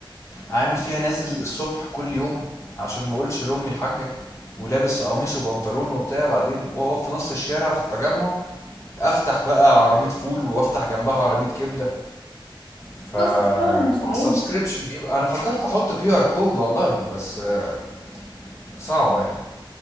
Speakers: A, on the left (about 35°); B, on the left (about 85°).
A: عامل فيها نازل الصبح كل يوم عشان ما اقولش لامي الحاجة ولابس قميص وبنطلون وبتاع بعدين واقف في نص الشارع في التجمع افتح بقى عربية فول وافتح جنبها عربية كبدة ف
B: بص الشغل مش عيب
A: سبسكريبشن ايه بقى انا فكرت احط كيو ار كود والله بس آه، صعبه يعني